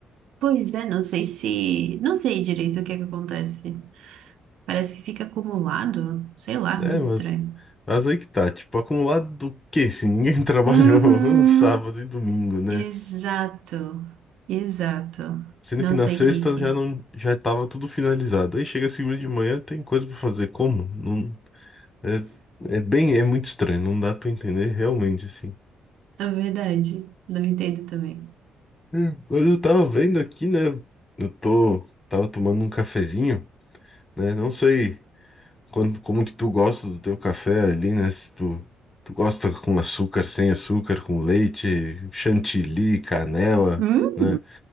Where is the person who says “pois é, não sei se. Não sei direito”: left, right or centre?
Right